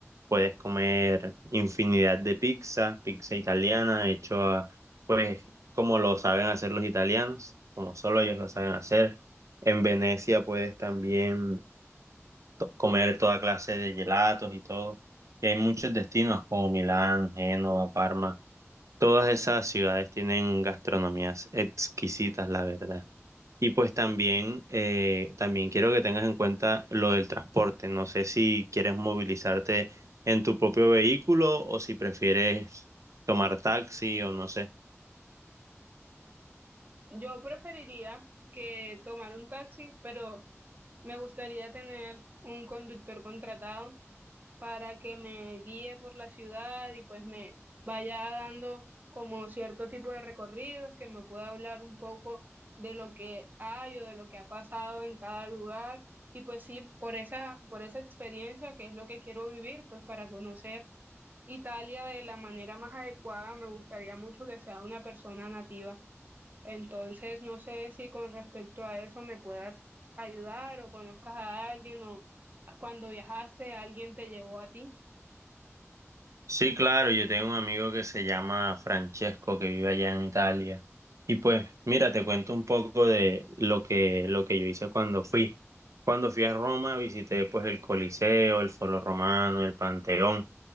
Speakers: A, on the right; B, on the right.
A: puedes comer infinidad de pizza, pizza italiana, hecho a, pues, como lo saben hacer los italianos, como solo ellos lo saben hacer. En Venecia puedes también to- comer toda clase de gelatos y todo. Y hay muchos destinos como Milán, Génova, Parma. Todas esas ciudades tienen gastronomías exquisitas, la verdad. Y pues también, eh, también quiero que tengas en cuenta lo del transporte. No sé si quieres movilizarte en tu propio vehículo o si prefieres tomar taxi o no sé.
B: Yo preferiría que tomar un taxi, pero me gustaría tener un conductor contratado para que me guíe por la ciudad y pues me vaya dando como cierto tipo de recorridos, que me pueda hablar un poco de lo que hay o de lo que ha pasado en cada lugar. Y pues sí, por esa, por esa experiencia que es lo que quiero vivir, pues para conocer Italia de la manera más adecuada, me gustaría mucho que sea una persona nativa. Entonces, no sé si con respecto a eso me puedas ayudar o conozcas a alguien o cuando viajaste alguien te llevó a ti.
A: Sí, claro, yo tengo un amigo que se llama Francesco que vive allá en Italia. Y pues, mira, te cuento un poco de lo que, lo que yo hice cuando fui. Cuando fui a Roma, visité pues el Coliseo, el Foro Romano, el Panteón.